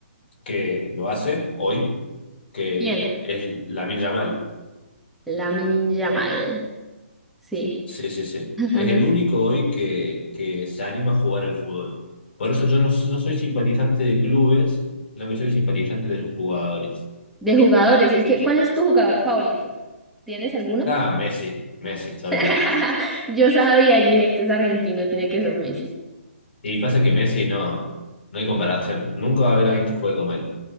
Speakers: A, on the left; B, in the centre.
A: que lo hace hoy, que
B: ¿Quién?
A: es Lamine Yamal.
B: Lamin Yamal. Sí.
A: Sí, sí, sí.
B: <laughs>
A: Es
B: Aunque
A: el único hoy que, que se anima a jugar al fútbol. Por eso yo no, no soy simpatizante de clubes, sino que soy simpatizante de los jugadores.
B: de jugadores. ¿Y qué? ¿Cuál es tu jugador favorito? ¿Tienes alguno?
A: Ah, Messi, Messi, toda la vida.
B: <laughs> Yo sabía, yo dije, este es argentino, tiene que ser Messi.
A: Y pasa que Messi no, no hay comparación. Nunca va a haber alguien que juegue como él.